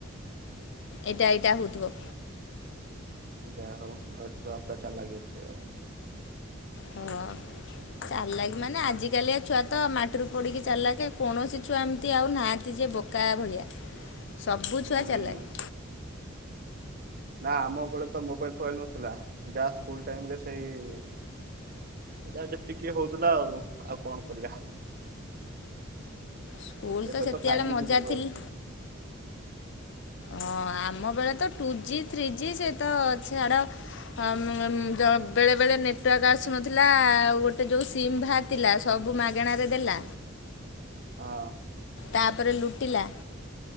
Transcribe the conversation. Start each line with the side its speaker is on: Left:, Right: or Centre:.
Right: ହଁ
Left: ଏଇଟା ଏଇଟା ହୋଉଥିବ।
Right: ଯାହା ହଉ ଆଉ ଛୁଆ ପୁରା ଚାଲାଖି ଅଛି ଆଉ।
Left: ହଁ। ଚାଲିଲ କି ମାନେ ଆଜିକାଲିଆ ଛୁଆ ତ ମାଟିରୁ ପଡିକି ଚାଲାଖେ କୌଣସି ଛୁଆ ଏମିତି ଆଉ ନାହାନ୍ତି ଯେ ବୋ କା ଭଳିଆ ସବୁ
Right: ହୁଁ
Left: ଛୁଆ ଚାଲାଖ୍।
Right: ନା ଆମ ବେଳେ ତ ମୋବାଇଲ ଫୋବାଇଲ ନଥିଲା ଯାହା ସ୍କୁଲ ଟାଇମ ରେ ସେଇ ଏ ଯା ଯେତିକି ହଉଥିଲା ଆଉ ଆଉ କଣ କରିବା।
Left: ସ୍କୁଲ
Right: ଏବେ
Left: ସେତେବେଳେ
Right: ତ ଫାଇଭ୍ ଜି
Left: ମଜା
Right: ଯୁଗ ହେଲାଣି।
Left: ଥିଲା। ହଁ ଆମ ବେଳେ ତ ଟୁ ଜି ଥ୍ରୀ ଜି ସେ ତ ଅ ଛାଡ଼ ହଁ ଜ ବେଳେବେଳେ ନେଟୱାର୍କ ଆସୁନଥିଲା ଆଉ ଗୋଟେ ଯେଉଁ ସିଧା ଥିଲା ସବୁ ମାଗଣାରେ ଦେଲା
Right: ହଁ
Left: ତାପରେ ଲୁଟିଲା